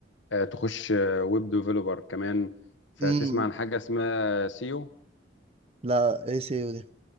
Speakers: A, on the left; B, on the right.
A: آه، تخش ويب ديفلوبر كمان فتسمع
B: امم
A: عن حاجة اسمها سيو
B: لا اي سي يو دي